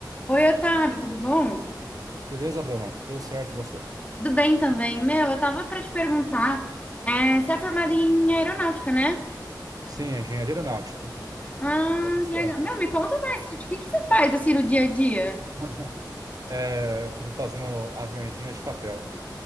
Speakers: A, on the left (about 20°); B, on the right (about 55°).
A: Oi, Otávio, tudo bom?
B: Beleza, Bruna? Tudo certo e você?
A: Tudo bem também. Meu, eu tava pra te perguntar, é, você é formado em aeronáutica, né?
B: Sim, engenharia aeronáutica.
A: Ah,
B: Formação.
A: que legal. Meu, me conta mais, o que, que você faz assim no dia a dia?
B: <laughs> É, eu fico fazendo aviõezinhos de papel.